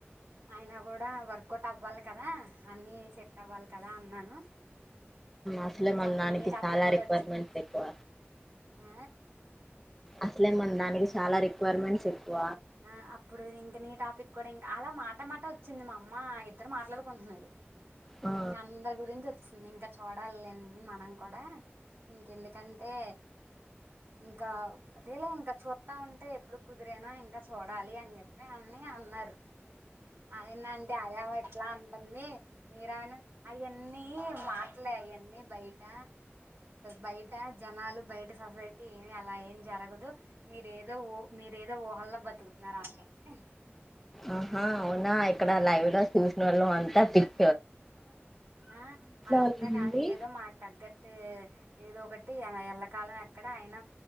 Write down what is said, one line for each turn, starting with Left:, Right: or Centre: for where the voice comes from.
Right: అయినా కూడా వర్కౌట్ అవ్వాలి కదా అన్నీ సెట్ అవ్వాలి కదా అన్నాను
Centre: అసలే
Right: ఇంకా
Centre: మన
Right: అప్పుడు
Centre: దానికి
Right: నీ టాపిక్
Centre: చాలా
Right: కూడా
Centre: రిక్వైర్మెంట్స్
Right: వచ్చింది
Centre: ఎక్కువ
Right: ఆ
Centre: అసలే మన దానికి చాలా రిక్వైర్మెంట్స్ ఎక్కువ
Right: ఆ అప్పుడు ఇంకా నీ టాపిక్ కూడా ఇంకా అలా మాట మాట వచ్చింది మా అమ్మ ఇద్దరు మాట్లాడుకుంటున్నారు
Centre: ఆ
Right: ఇంక అందరి గురించి వచ్చింది ఇంకా చూడాలి మనం కూడా ఇంకెందుకంటే ఇంకా అదేలే ఇంకా చూస్తా ఉంటే ఎప్పుడు కుదిరేనా ఇంకా చూడాలి అని చెప్పి అన్ని అన్నారు ఆయన అంటే ఆదమ <unintelligible> ఎట్లా అంటుంది మీరా అవన్నీ మాటలే అవన్నీ బయట బయట జ <unintelligible> జనాలు బయట సొసైటీ ఏమి అలా ఏం జరగదు మీరేదో మీరేదో ఊహల్లో బతుకుతున్నా అ <unintelligible>
Centre: ఆహా అవునా ఇక్కడ లైవ్ లో చూసనోళ్ళ అంతా పిక్
Right: ఆ అది
Centre: వాళ్ళు
Right: అంతా కాదు
Centre: నుండి
Right: ఏదో మాకు తగ్గట్టు ఏదో ఒకటి ఎళ్లకాలం ఎక్కడ అయిన